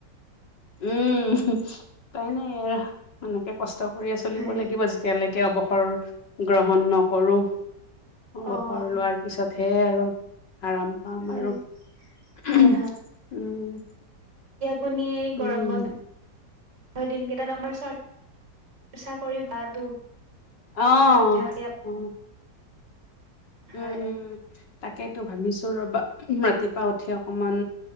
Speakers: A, on the left (about 85°); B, on the right (about 75°).
A: উম' উপাই নাই আৰু এনেকে কষ্ট কৰিয়ে চলিব
B: হয়
A: লাগিব যেতিয়ালৈকে অৱসৰ গ্ৰহণ নকৰো। অৱসৰ
B: অ',
A: লোৱাৰ পিছতহে আৰু আৰাম পাম
B: হয়
A: আৰু
B: হয়
A: উম'।
B: শুনিয়ে <unintelligible> গৰম
A: উম
B: বন্ধ দিনকে <inaudible> তাত আমাৰ চৰ্চা কৰি বাটো <unintelligible> উঠাৰ
A: আহ',
B: অভ্যাস
A: অ'।
B: হয়
A: উম', উম' তাকেইতো ভাবিছো ৰবা। ৰাতিপুৱা উঠি অকমান